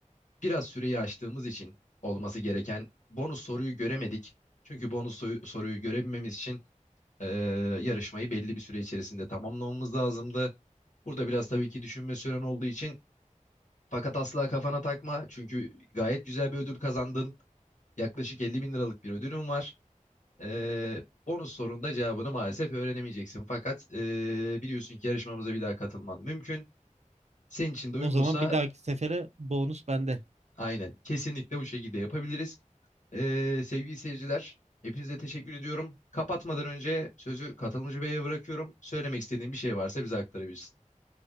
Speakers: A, on the left; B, on the right.
A: biraz süreyi aştığımız için olması gereken bonus soruyu göremedik. Çünkü bonus soyu- soruyu görebilmemiz için ee, yarışmayı belli bir süre içerisinde tamamlamamız lazımdı. Burada biraz tabii ki düşünme süren olduğu için fakat asla kafana takma. Çünkü gayet güzel bir ödül kazandın. Yaklaşık 50 bin liralık bir ödülüm var. Ee, bonus sorunda cevabını maalesef öğrenemeyeceksin. Fakat ee, biliyorsun ki yarışmamıza bir daha katılman mümkün. Senin için de uygunsa
B: O zaman bir dahaki sefere bonus bende.
A: aynen kesinlikle bu şekilde yapabiliriz. Ee, sevgili seyirciler, hepinize teşekkür ediyorum. Kapatmadan önce sözü katılımcı beye bırakıyorum. Söylemek istediğin bir şey varsa bize aktarabilirsin.